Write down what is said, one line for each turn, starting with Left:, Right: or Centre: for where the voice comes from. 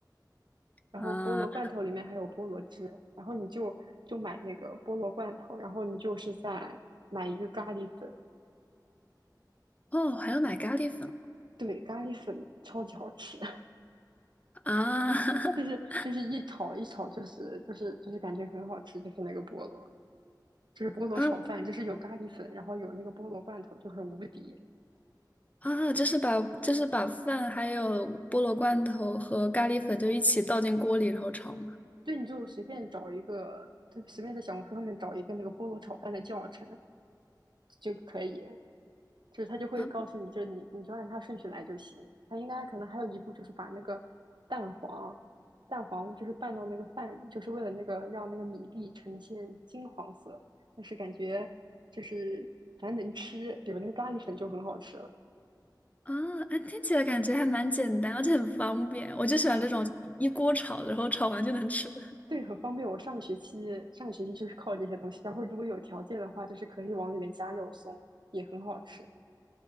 Right: 然后菠萝罐头里面还有菠萝汁，
Left: 啊。
Right: 然后你就就买那个菠萝罐头，然后你就是再买一个咖喱粉，
Left: 哦，还要买咖喱粉。
Right: 对，咖喱粉超级好吃，
Left: 啊 <laughs>
Right: <laughs> 就是就是一炒一炒，就是就是就是感觉很好吃，就是那个菠萝，就是菠萝炒饭，
Left: 啊
Right: 就是有咖喱粉，然后有那个菠萝罐头，就很无敌。
Left: 啊！就是把就是把饭还有菠萝罐头和咖喱粉就一起倒进锅里然后炒嘛。
Right: 对，你就随便找一个，就随便在小红书上面找一个那个菠萝炒饭的教程，就可以，就是他就会告诉你，
Left: 啊
Right: 就是你你就按它顺序来就行。他应该可能还有一步就是把那个蛋黄，蛋黄就是拌到那个饭里，就是为了那个让那个米粒呈现金黄色。但是感觉就是反正能吃，有那个咖喱粉就很好吃了。<laughs>
Left: 啊！哎，听起来感觉还蛮简单，而且很方便。我就喜欢这种一锅炒，
Right: 对啊，
Left: 然后炒完就能吃的。
Right: 对对，很方便。我上学期上学期就是靠这些东西，然后如果有条件的话，就是可以往里面加肉松，也很好吃。